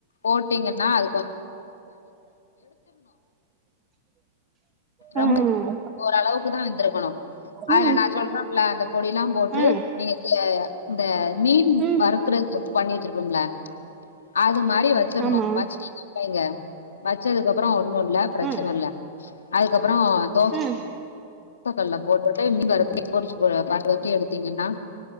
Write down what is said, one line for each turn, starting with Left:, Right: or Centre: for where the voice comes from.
Left: போட்டீங்கன்னா அ
Right: ம்
Left: ரொம்ப ஓரளவுக்கு தா வெந்திருக்கணு அதுல
Right: ம்
Left: நா சொல் அப்றோம்ப்ல அந்த பொடில்லா போட்டு
Right: ஆ
Left: நீங்க இந்த மீன்
Right: ம்
Left: வறுக்குறதுக்கு பண்ணி வச்சிருப்போம்ல அது மா ரி வச்சிர்ணு
Right: ஆமா
Left: வச் ங்க வச்சதுக்கப்றோ ஒன்னு இல்ல பிரச்சன
Right: ஆ
Left: இல்ல அதுக்கப்றோ தோ
Right: ஆ
Left: ச கல்ல போட்டுட்டு மீன் வறுக்க பொறிச்சு அ பெரட்டி பெரட்டி எடுத்தீங்கன்னா